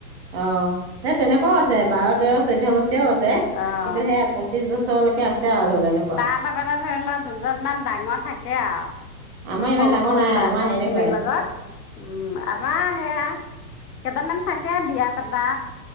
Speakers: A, on the right; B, on the left.
A: অ' তেনেকুৱাও আছে বাৰ, তেৰ, চৈধ্য বছৰ। য়াও আছে কিন্তু
B: অ'।
A: সেয়া পঁচিশ বছৰলৈকে তে আছে। আৰু ধৰি লও এনেকুৱা
B: তাৰ লগতে ধৰি লোৱা দুজন মান ডাঙৰ থাকে আৰু
A: আমাৰ
B: সেই
A: ইমান
B: সৰু
A: ডাঙৰ
B: সৰু
A: নাই
B: ল'ৰা-ছোৱালী
A: আমাৰ সেনেকুৱাই
B: খিনিৰ লগত উম আমাৰ সেয়া কেইটামান থাকে বিয়া পাতা